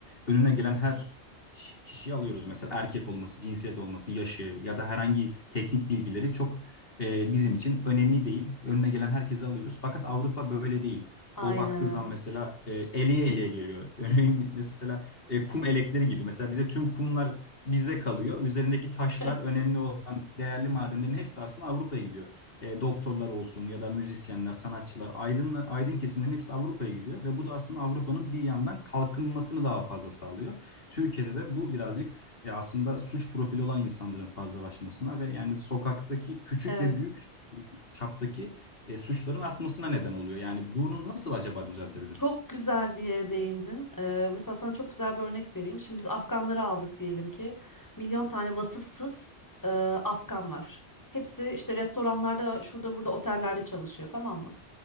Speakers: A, on the left; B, on the left.
A: önüne gelen her ki- kişiyi alıyoruz. Mesela erkek olması, cinsiyet olması, yaşı ya da herhangi teknik bilgileri çok e, bizim için önemli değil. Önüne gelen herkesi alıyoruz. Fakat Avrupa böyle değil.
B: Aynen.
A: O baktığı zaman mesela e, eleye eleye geliyor. <laughs> Örneğin mesela e, kum elekleri gibi. Mesela bize tüm kumlar bizde kalıyor. Üzerindeki taşlar,
B: <laughs>
A: önemli olan değerli madenlerin hepsi aslında Avrupa'ya gidiyor e, doktorlar olsun ya da müzisyenler, sanatçılar, aydın, aydın kesimlerin hepsi Avrupa'ya gidiyor ve bu da aslında Avrupa'nın bir yandan kalkınmasını daha fazla sağlıyor. Türkiye'de de bu birazcık e, aslında suç profili olan insanların fazlalaşmasına ve yani sokaktaki küçük
B: Evet.
A: ve büyük e, çaptaki e, suçların artmasına neden oluyor. Yani bunu nasıl acaba düzeltebiliriz?
B: Çok güzel bir yere değindin. Ee, mesela sana çok güzel bir örnek vereyim. Şimdi biz Afganları aldık diyelim ki. Milyon tane vasıfsız e, Afgan var. Hepsi işte restoranlarda, şurada burada otellerde çalışıyor, tamam mı?